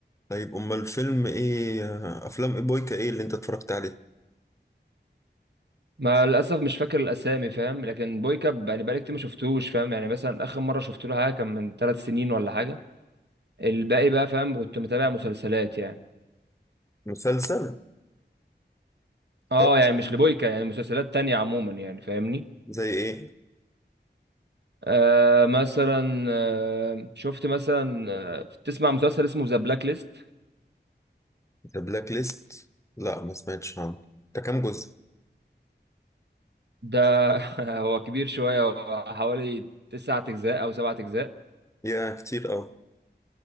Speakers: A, on the left (about 15°); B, on the right (about 70°).
A: طيب امال الفيلم ايه افلام إيه بويكا ايه اللي انت اتفرجت عليه
B: ما للاسف مش فاكر الاسامي فاهم لكن بويكا ب- يعني بقالي كتير ما شفتوش فاهم يعني مثلا اخر مرة شفت له حاجة كان من ثلاث سنين ولا حاجة الباقي بقى فاهم كنت متابع مسلسلات يعني
A: مسلسل
B: اه
A: طب
B: يعني مش لبويكا يعني مسلسلات تانية عموما يعني فاهمني
A: زي ايه
B: آه مثلا آه شفت مثلا آه تسمع مسلسل اسمه ذا بلاك ليست
A: ذا بلاك ليست لا ما سمعتش عنه ده كام جزء
B: ده <laughs> هو كبير شوية هو حوالي تسعة أجزاء أو سبعة أجزاء
A: يا كتير قوي